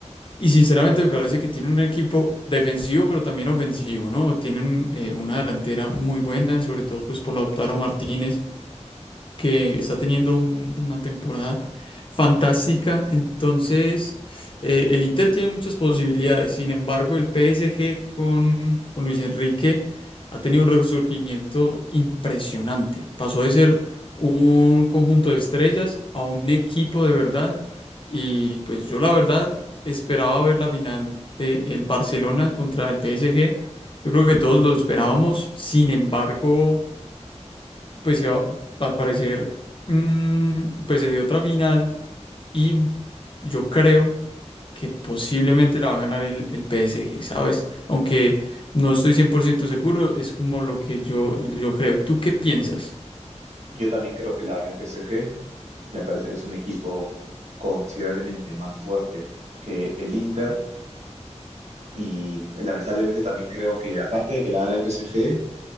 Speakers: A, on the left; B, on the right.
A: Y sinceramente me parece que tienen un equipo defensivo, pero también ofensivo, ¿no? Tienen eh, una delantera muy buena, sobre todo pues por la Lautaro Martínez que está teniendo un- una temporada fantástica. Entonces, eh, el Inter tiene muchas posibilidades. Sin embargo, el PSG con, con Luis Enrique ha tenido un resurgimiento impresionante. Pasó de ser un conjunto de estrellas a un equipo de verdad. Y pues yo la verdad esperaba ver la final del Barcelona contra el PSG. Yo creo que todos lo esperábamos. Sin embargo pues se va, al parecer, mm, pues se dio otra final y yo creo que posiblemente la va a ganar el, el PSG, ¿sabes? Aunque no estoy 100% seguro, es como lo que yo, yo creo. ¿Tú qué piensas?
B: Yo también creo que la gana el PSG, Me parece que es un equipo considerablemente más fuerte que el Inter y lamentablemente también creo que aparte de que la gana el PSG,